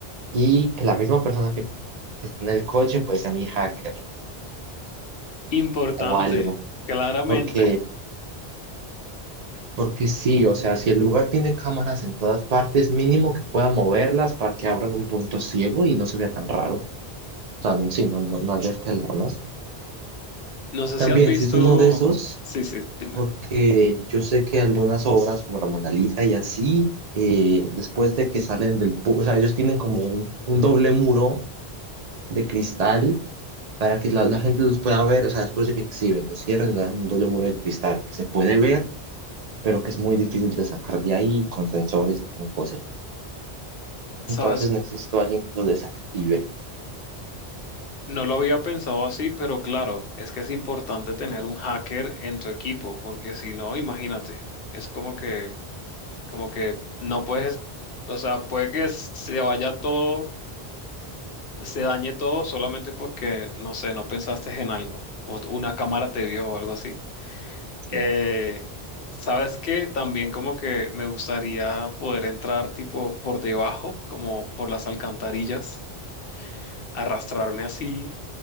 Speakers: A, on the right (about 50°); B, on the left (about 65°).
A: Y que la misma persona que que está en el coche, pues a mi hacker
B: Importante,
A: o algo.
B: claramente.
A: Porque, porque sí, o sea, si el lugar tiene cámaras en todas partes, mínimo que pueda moverlas para que abran un punto ciego y no se vea tan raro. O sea, sí, no, no, no alerte alarmas.
B: No sé
A: También,
B: si has visto.
A: si es uno de esos,
B: Sí, sí, dime.
A: porque yo sé que algunas obras como la Mona Lisa y así, eh, después de que salen del... pu- O sea, ellos tienen como un, un doble muro de cristal para que la, la gente los pueda ver, o sea, después de que exhiben, los cierren, le dan un doble muro de cristal que se puede ver pero que es muy difícil de sacar de ahí con sensores y con cosas.
B: ¿Sabes
A: Entonces necesito a alguien que lo desactive.
B: No lo había pensado así, pero claro, es que es importante tener un hacker en tu equipo, porque si no, imagínate, es como que, como que no puedes, o sea, puede que se vaya todo, se dañe todo solamente porque, no sé, no pensaste en algo, o una cámara te vio o algo así. Eh,
A: Sí.
B: ¿sabes qué? También como que me gustaría poder entrar tipo por debajo, como por las alcantarillas, arrastrarme así